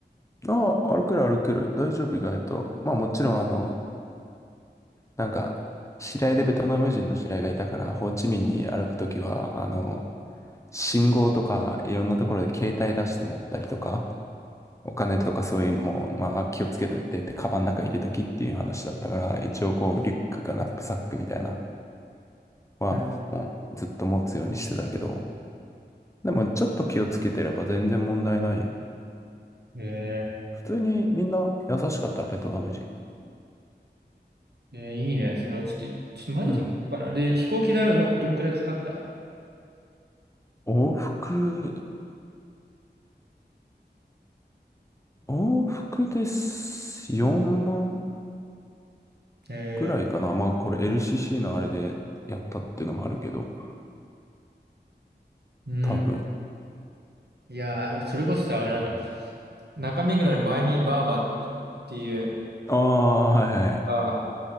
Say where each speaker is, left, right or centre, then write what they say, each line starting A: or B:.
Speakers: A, on the left (about 15°); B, on the right (about 65°).
A: ああ、歩ける歩ける。大丈夫意外と。まあもちろんあの、なんか、知り合いでベトナム人の知り合いがいたから、ホーチミンに歩くときは、あの、信号とかいろんなところで携帯出して持ったりとか、お金とかそういうのも、まあ気をつけといてって、カバンの中入れときっていう話だったから、一応こうリュックかナップサックみたいなは、
B: うん
A: もうずっと持つようにしてたけど、でもちょっと気をつけてれば全然問題ないよ。
B: え
A: 普通にみんな優しかったらベトナム人。
B: ー、えーいいね。それはちょっと、ちょっとマジで行こうかな。
A: うん。
B: で、飛行機代はどんくらいかかった
A: 往復、往復です4万
B: え
A: ぐらいかな。まあこれ LCC のあれでやったっていうのもあるけど、
B: ー、うん。
A: 多分。
B: いやー、それこそさ、俺なんか、中目黒にバイミーバーバーってかっていう、
A: ああ、はいはい
B: あ、